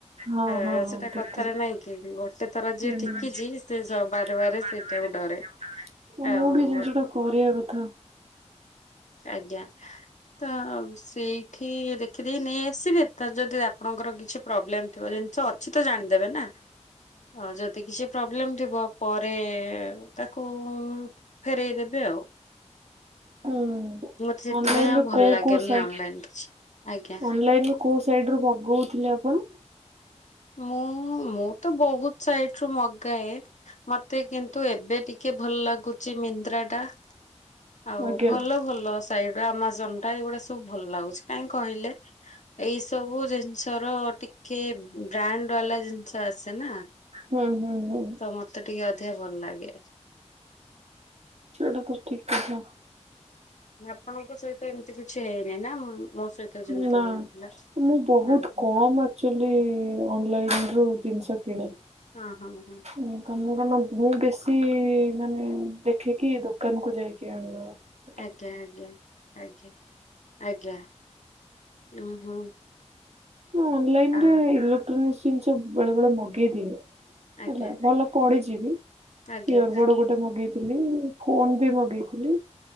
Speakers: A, on the right; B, on the left.
A: ହଁ
B: ଆ
A: ହଁ ହଁ
B: ସେଟା
A: ଠିକ
B: କଥାରେ
A: ଠିକ
B: ନାଇଁ କି ଗୋଟେ ଥର ଯିଏ
A: ହୁଁ
B: ଠିକିଛି ସେ ସ ବାରେ ବାରେ ସେଇଟାକୁ ଡରେ। ଆଉ
A: ମୁଁ ବି ଜିନିଷ ଟା କରିବା କଥା।
B: ଆଜ୍ଞା ତ ସେଇଠି ଦେଖିଦେଇ ନେଇ ଆସିବେ ତା ଯଦି ଆପଣଙ୍କର କିଛି ପ୍ରୋବ୍ଲେମ ଥିବ ଜିନିଷ କିଛି ତ ଜାଣିଦେବେ ନା। ହଁ ଯଦି କିଛି ପ୍ରୋବ୍ଲେମ ଥିବ ପରେ ତାକୁ ଫେରେଇ ଦେବେ ଆଉ
A: ହୁଁ
B: ମତେ ସେଥିପାଇଁ
A: ଅନଲାଇନ
B: ଆଉ
A: ରୁ
B: ଭଲ
A: କୋଉ
B: ଲାଗେନି
A: କୋଉ ସାଇ
B: ଅନଲାଇନ କିଛି। ଆଜ୍ଞା
A: ଅନଲାଇନ ରୁ କୋଉ ସାଇଡ୍ ରୁ ମଗୋଉଥିଲେ ଆପଣ?
B: ମୁଁ ମୁଁ ତ ବହୁତ ସାଇଡ୍ ରୁ ମଗାଏ। ମତେ କିନ୍ତୁ ଏବେ ଟିକେ ଭଲ ଲାଗୁଚି ମିନ୍ତ୍ରା ଟା। ଆଉ
A: ଆଜ୍ଞା
B: ଭଲ ଭଲ ସାଇଟ୍ ଆମାଜନ ଟା ଏଇଗୁଡା ସବୁ ଭଲ ଲାଗୁଚି କାଇଁ କହିଲେ? ଏଇ ସବୁ ଜିନିଷର ଟିକେ ବ୍ରାଣ୍ଡ ବାଲା ଜିନିଷ ଆସେ ନା
A: ହୁଁ ହୁଁ ହୁଁ।
B: ତ ମତେ ଟିକେ ଅଧିକା ଭଲ ଲାଗେ।
A: ସେଟା ତ ଠିକ୍ କଥା।
B: ଆପଣଙ୍କ ସହିତ ଏମିତି କିଛି ହେଇନି ନା ମ୍ ମୋ ସହିତ ଯେମିତି
A: ନା
B: ହେଇଥିଲା?
A: ମୁଁ ବୋହୁତ
B: ହଁ ହଁ
A: କମ୍ ଆକ୍ଚୁଅଲି ଅନଲାଇନରୁ ଜିନିଷ କିଣେ।
B: ହଁ ହଁ ମ୍ୟାଡ଼ାମ।
A: ମୁଁ କଣ ମୁଁ କଣ ନା ମୁଁ ବେଶୀ ମାନେ ଦେଖିକି ଦୋକାନକୁ ଯାଇକି ଆଣିବାର
B: ଆଜ୍ଞା ଆଜ୍ଞା ଆଜ୍ଞା ଆଜ୍ଞା ଉଁ ହୁଁ।
A: ହୁଁ ମୁଁ ଅନଲାଇନରେ
B: ଆ
A: ଇଲୋକ୍ଟ୍ରୋନିକ୍ସ ଜିନିଷ ବେଳେବେଳେ ମଗେଇ ଦିଏ।
B: ଆଜ୍ଞା
A: ହେଲା ଭଲ ପଡିଚି ବି
B: ଆଜ୍ଞା
A: ଇଅର୍ ବଡ୍ ଗୋ ଟେ ମଗେଇଥିଲି ଫୋନ୍ ବି ମଗେଇଥିଲି